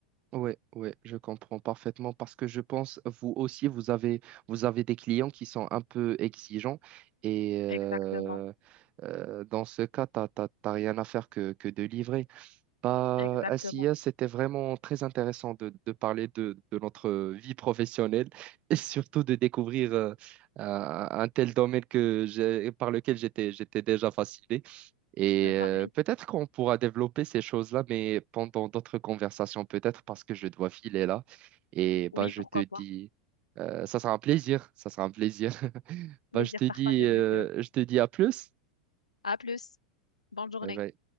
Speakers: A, on the right (about 35°); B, on the left (about 80°).
A: ouais, ouais, je comprends parfaitement parce que je pense, vous aussi, vous avez, vous avez des clients qui sont un peu exigeants et euh,
B: Exactement,
A: euh, dans ce cas, t'as, t'as, t'as rien à faire que, que de livrer. Bah,
B: exactement.
A: à SIA, c'était vraiment très intéressant de, de parler de, de notre vie professionnelle et surtout de découvrir euh, un, un tel domaine que j'ai- par lequel j'étais, j'étais déjà fasciné. Et
B: Euh,
A: euh,
B: pareil.
A: peut-être qu'on pourra développer ces choses-là, mais pendant d'autres conversations, peut-être parce que je dois filer là. Et bah,
B: Oui,
A: je
B: pourquoi
A: te dis,
B: pas.
A: euh, ça sera un plaisir, ça sera un plaisir. <laughs>
B: Plaisir
A: Bah, je te dis,
B: partagé,
A: euh,
B: monsieur.
A: je te dis à plus.
B: À plus. Bonne journée.
A: Bye bye.